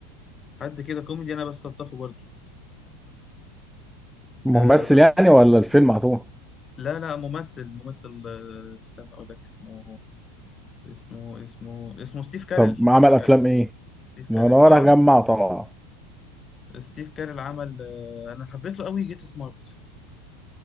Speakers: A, on the left; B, in the centre.
A: حد كده كوميدي انا بستلطفه برضه
B: ممثل
A: آه
B: يعني ولا الفيلم على طول
A: لا لا ممثل ممثل آه استنى اقول لك اسمه اسمه اسمه اسمه ستيف كارل
B: طب ما
A: ستيف
B: عمل
A: كارل
B: افلام ايه
A: ستيف كارل
B: ما انا ورا
A: اه
B: جمع طبعا
A: ستيف كارل عمل آه انا حبيت له قوي جيت سمارت